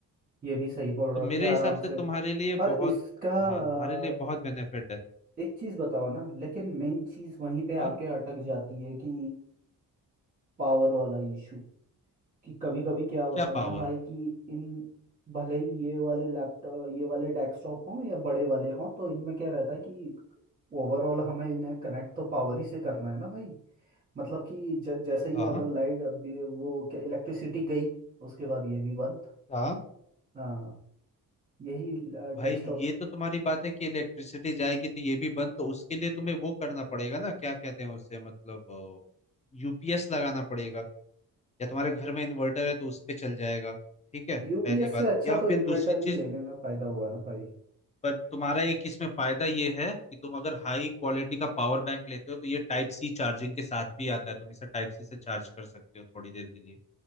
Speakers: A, on the right (about 20°); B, on the left (about 20°).
A: ये भी सही बोल रहे
B: तो मेरे
A: हो कि आराम
B: हिसाब से
A: से
B: तुम्हारे लिए बहुत
A: और इसका
B: हाँ तुम्हारे लिए
A: अ,
B: बहुत बेनिफिट है
A: एक चीज बताओ ना लेकिन मेन चीज वहीं पे
B: हाँ
A: आके अटक जाती है कि पावर वाला इशू कि कभी कभी क्या होता
B: क्या
A: है
B: पावर
A: ना भाई कि इन भले ही ये वाले लैपटॉप ये वाले डेस्कटॉप हों या बड़े वाले हों तो इनमें क्या रहता है कि ओवरऑल हमें इन्हें कनेक्ट तो पावर ही से करना है ना भाई मतलब कि ज, जैसे ही
B: हाँ
A: अगर लाइट अभी वो क्या इलेक्ट्रिसिटी गई उसके बाद ये भी बंद
B: हाँ
A: हाँ यही
B: भाई
A: डेस्कटॉप
B: ये तो तुम्हारी बात है कि इलेक्ट्रिसिटी जाएगी तो ये भी बंद तो उसके लिए तुम्हें वो करना पड़ेगा ना क्या कहते हैं उससे मतलब यूपीएस लगाना पड़ेगा या तुम्हारे घर में इन्वर्टर है तो उस पे चल जाएगा ठीक है
A: यूपीएस
B: पहली बात
A: से अच्छा
B: या
A: तो
B: फिर
A: इन्वर्टर
B: दूसरी चीज
A: ही लेने में फ़ायदा हुआ ना भाई
B: पर तुम्हारा एक इसमें फायदा ये है कि तुम अगर हाई क्वालिटी का पावर बैंक लेते हो तो ये टाइप सी चार्जिंग के साथ भी आता है तुम इसे टाइप सी से चार्ज कर सकते हो थोड़ी देर के लिए